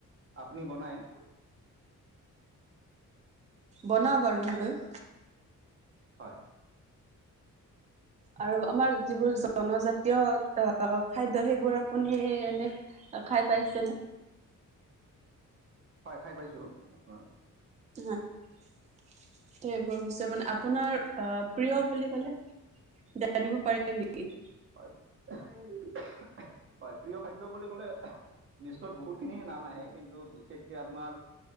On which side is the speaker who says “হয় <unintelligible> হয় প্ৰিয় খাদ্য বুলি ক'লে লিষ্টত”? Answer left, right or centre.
Right